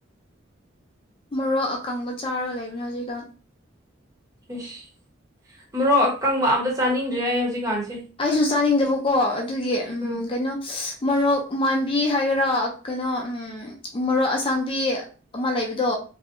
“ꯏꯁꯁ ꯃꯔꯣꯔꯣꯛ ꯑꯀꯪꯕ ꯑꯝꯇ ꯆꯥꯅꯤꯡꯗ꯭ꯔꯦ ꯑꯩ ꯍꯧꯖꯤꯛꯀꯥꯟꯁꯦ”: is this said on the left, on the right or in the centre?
Right